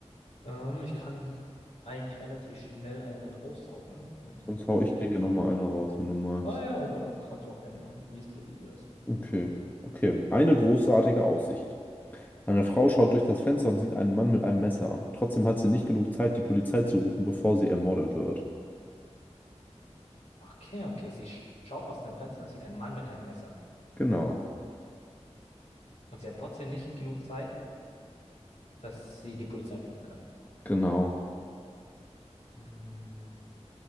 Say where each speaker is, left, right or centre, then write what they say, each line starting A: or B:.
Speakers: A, on the left; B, on the left.
A: Ähm, ich kann eigentlich relativ schnell eine rauszaubern, wenn,
B: sonst
A: wenn
B: hau
A: du
B: ich
A: willst.
B: dir hier nochmal eine raus, wenn du magst.
A: Ah ja, oder kannst du auch gerne machen, wie es dir lieber ist.
B: Okay, okay. Eine großartige Aussicht. Eine Frau schaut durch das Fenster und sieht einen Mann mit einem Messer. Trotzdem hat sie nicht genug Zeit, die Polizei zu rufen, bevor sie ermordet wird.
A: Okay, okay. Sie sch schaut aus dem Fenster und sieht einen Mann mit einem Messer.
B: Genau,
A: Und sie hat trotzdem nicht genug Zeit, dass sie die Polizei rufen kann.
B: genau.
A: Hm,